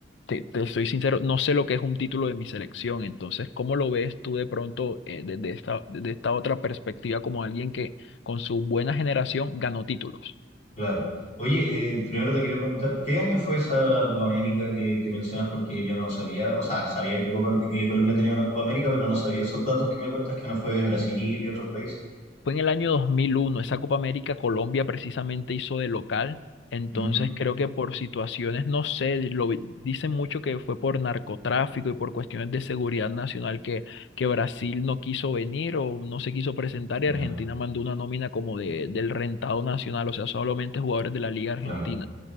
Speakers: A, on the left (about 70°); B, on the left (about 40°).
A: te, te soy sincero, no sé lo que es un título de mi selección, entonces, ¿cómo lo ves tú de pronto eh, desde esta, desde esta otra perspectiva como alguien que con su buena generación ganó títulos?
B: claro. Oye, eh, primero te quería preguntar, ¿qué año fue esa Copa América que, que mencionas? Porque yo no sabía, o sea, sabía que, Copa- que Colombia tenía una Copa América, pero no sabía esos datos que me cuentas que no fue de Brasil y otros países.
A: Fue en el año 2001, esa Copa América Colombia precisamente hizo de local, entonces
B: Mm,
A: creo que por situaciones, no sé, lo vi- dicen mucho que fue por narcotráfico y por cuestiones de seguridad nacional que, que Brasil no quiso venir o no se quiso presentar y Argentina
B: ya,
A: mandó una nómina como de, del rentado nacional, o sea, solamente jugadores de la Liga Argentina.
B: claro.